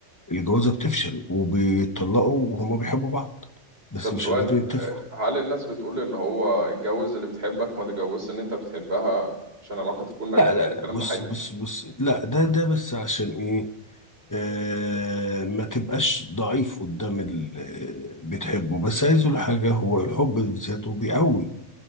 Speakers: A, on the left; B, on the right.
A: الجوازة بتفشل وبيتطلقوا وهما بيحبوا بعض بس
B: طب
A: مش
B: سؤال
A: قادرين يتفقوا
B: هل الناس بتقول اللي هو اتجوز اللي بتحبك ما تتجوزش اللي انت بتحبها عشان العلاقة تكون ناجحة
A: لا لا
B: هل الكلام
A: لا بص
B: ده حقيقي
A: بص بص لا ده ده بس عشان ايه آه ما تبقاش ضعيف قدام اللي بتحبه بس عايز اقول حاجة هو الحب بذاته بيقوي